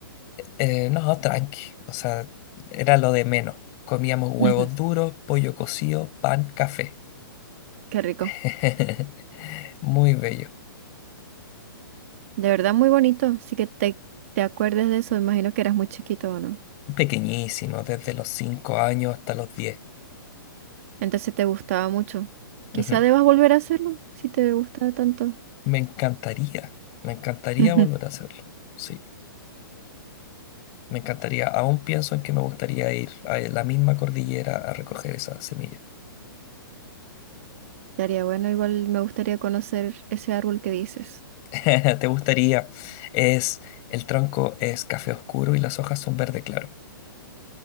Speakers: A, on the left; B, on the right.
A: Eh, no, tranqui, o sea, era lo de menos. Comíamos huevos
B: <laughs>
A: duros, pollo cocido, pan, café.
B: qué rico.
A: <laughs> Muy bello.
B: De verdad, muy bonito. Así que te, te acuerdes de eso. Imagino que eras muy chiquito o no.
A: Pequeñísimo, desde los 5 años hasta los diez
B: Entonces te gustaba mucho. Quizá
A: Ujú.
B: debas volver a hacerlo si te gustaba tanto.
A: Me encantaría, me encantaría
B: <laughs>
A: volver a hacerlo. Sí. Me encantaría, aún pienso en que me gustaría ir a la misma cordillera a recoger esa semilla.
B: Estaría bueno, igual me gustaría conocer ese árbol que dices.
A: <laughs> ¿Te gustaría? Es, el tronco es café oscuro y las hojas son verde claro.